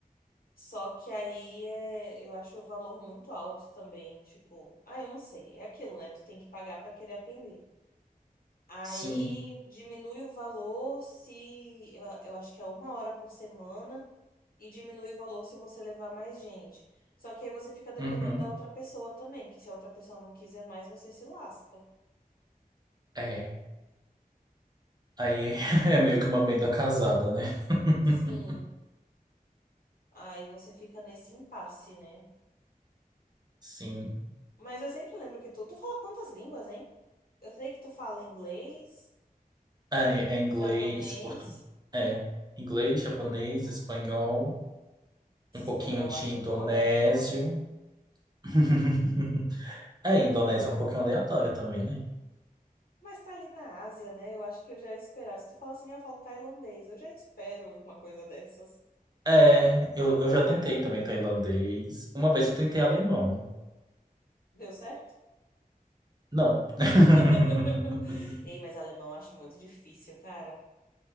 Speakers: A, on the left; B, on the right.
A: Só que aí é, eu acho o valor muito alto também, tipo, ah, eu não sei, é aquilo, né? Tu tem que pagar pra querer aprender. Aí
B: sim.
A: diminui o valor se eu, eu acho que é uma hora por semana e diminui o valor se você levar mais gente. Só que aí você fica dependendo
B: Uhum.
A: da outra pessoa também, que se a outra pessoa não quiser mais, você se lasca.
B: É. Aí <laughs> é meio que uma venda casada, né? <laughs>
A: Sim, aí você fica nesse impasse, né?
B: Sim.
A: Mas eu sempre lembro que tu, tu fala quantas línguas, hein? Eu sei que tu fala inglês,
B: É, é inglês,
A: japonês.
B: portu... é inglês, japonês, espanhol,
A: Esse
B: um pouquinho
A: espanhol eu
B: de
A: acho
B: indonésio.
A: tão aleatório.
B: <laughs> É, indonésio é um pouquinho aleatório também, né?
A: Mas tá ali na Ásia, né? Eu acho que eu já esperava. Se tu fala assim, ah, falo tailandês, eu já espero uma coisa dessas.
B: É, eu, eu já tentei também tailandês. Uma vez eu tentei alemão.
A: Deu certo?
B: Não. <laughs>
A: <laughs> Ei, mas alemão eu acho muito difícil, cara.